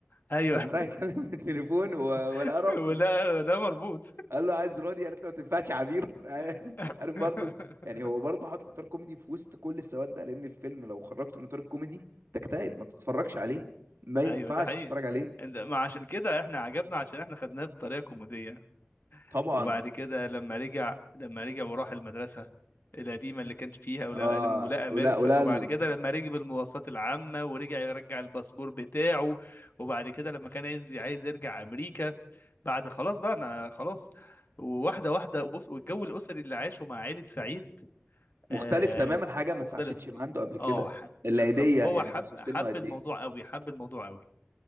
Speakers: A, on the left; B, on the right.
A: ايوه
B: لما راح يتكلم في التليفون و-
A: <laughs>
B: ولقى رابطه
A: ولا لا مربوط
B: قال له عايز رودي قالت له ما تنفعش عبير <laughs>
A: <laughs>
B: عارف برضو يعني هو برضو حاطط اطار كوميدي في وسط كل السواد ده لان الفيلم لو خرجته من اطار الكوميدي تكتئب ما تتفرجش عليه ما ينفعش
A: ايوه ده حقيقي
B: تتفرج عليه
A: إنت- ما عشان كده احنا عجبنا عشان احنا خدناه بطريقة كوميدية
B: طبعا
A: وبعد كده لما رجع لما رجع وراح المدرسة القديمة اللي كان فيها ولقى
B: اه
A: ولقى
B: ولا
A: مرفت
B: ولا
A: وبعد
B: ال-
A: كده لما ركب المواصلات العامة ورجع يرجع الباسبور بتاعه وبعد كده لما كان عايز عايز يرجع أمريكا بعد خلاص بقى أنا خلاص وواحدة واحدة بص والجو الأسري اللي عاشه مع عائلة سعيد
B: مختلف
A: آه
B: تماما حاجه ما
A: مختلف
B: اتعاشتش مع عنده قبل كده
A: اه ح-
B: العيديه
A: بالظبط فهو
B: يعني
A: حب
B: بص سنه
A: حب
B: قد
A: الموضوع
B: ايه
A: قوي حب الموضوع قوي